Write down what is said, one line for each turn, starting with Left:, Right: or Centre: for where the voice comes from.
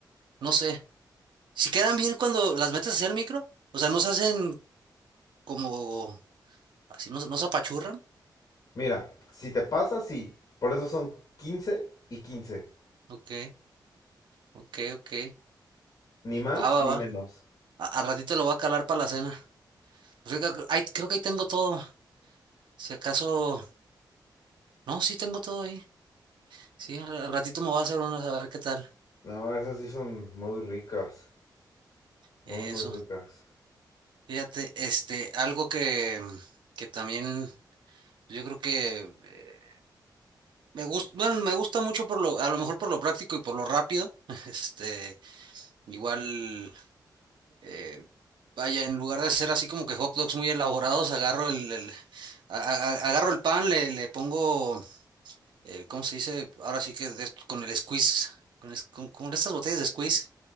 Right: no sé. Si quedan bien cuando las metes hacia el micro, o sea, no se hacen como así, no, no se apachurran.
Left: Mira, si te pasa, sí. Por eso son quince y quince
Right: Ok, ok, ok.
Left: Ni más
Right: Va, va,
Left: ni
Right: va.
Left: menos.
Right: A, al ratito lo voy a calar para la cena. Fíjate que ahí- creo que ahí tengo todo. Si acaso, no, sí tengo todo ahí. Sí, al, al ratito me voy a hacer unas a ver qué tal.
Left: No, esas sí son muy ricas. Muy,
Right: Eso.
Left: muy ricas.
Right: Fíjate, este, algo que, que también yo creo que eh, me gusta, bueno, me gusta mucho por lo, a lo mejor por lo práctico y por lo rápido. <laughs> Este, igual. eh, vaya, en lugar de hacer así como que hot dogs muy elaborados, agarro el, el- a- a- agarro el pan, le, le pongo, eh, ¿cómo se dice? Ahora sí que de esto- con el squeeze, con, es- con- con estas botellas de squeeze,